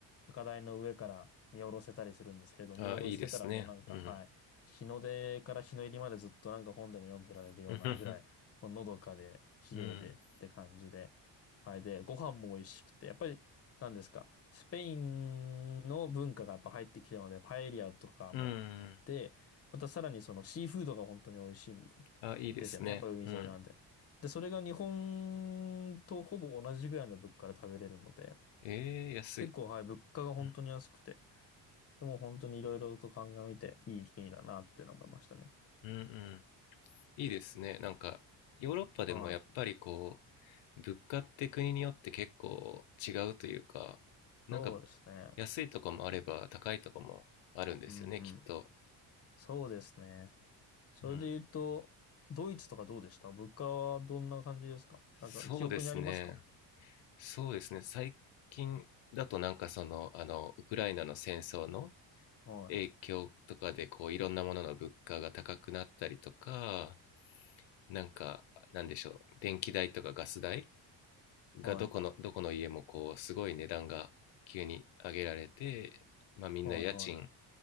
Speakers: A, on the left (about 30°); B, on the left (about 70°).
A: 高台の上から見下ろせたりするんですけど、見下ろしてたらもうなんか、
B: ん。あ、いいですね。うん。
A: はい、日の出から日の入りまでずっとなんか本でも読んでられるようなぐらい、
B: <laughs> うんふふ
A: もうのどかで、綺麗でって感じで、
B: うん。
A: はい、で、ご飯も美味しくて、やっぱり、なんですか、スペインの文化がやっぱ入ってきたので、パエリアとかもあって、
B: うんうん
A: またさらにそのシーフードが本当に美味しいんで
B: あ、いいですね。
A: ですよね、やっぱ海沿いなんで。
B: うん。
A: で、それが日本とほぼ同じぐらいの物価で食べれるので、
B: ええ、安い。
A: 結構、はい、物価が本当に安くて、
B: うん。
A: でも本当にいろいろと鑑みていい国だなっていうのを思いましたね。
B: うんうん。いいですね。なんか、ヨーロッパでもやっぱりこ
A: はい。
B: う、物価って国によって結構違うというか、
A: そうですね。
B: なんか安いとこもあれば高いとこもあるんですよね、
A: うんうん。
B: きっと。
A: そうですね。それで言うと、
B: うん。
A: ドイツとかどうでした物価はどんな感じですかなんか記憶にありますか
B: そうですね。そうですね。最近だとなんかその、あの、ウクライナの戦争の
A: はい。
B: 影響とかで、こう、いろんなものの物価が高くなったりとか、なんか、なんでしょう、電気代とかガス代がどこの、
A: はい。
B: どこの家もこう、すごい値段が急に上げられて、まあみんな家賃
A: はいはい。